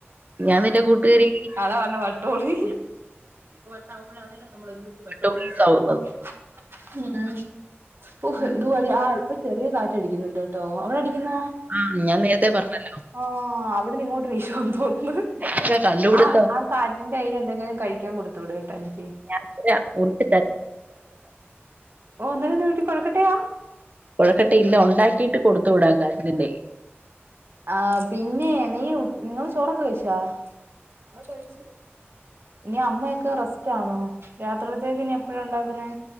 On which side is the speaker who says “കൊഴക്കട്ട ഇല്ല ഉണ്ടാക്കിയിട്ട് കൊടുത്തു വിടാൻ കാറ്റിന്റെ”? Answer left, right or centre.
Right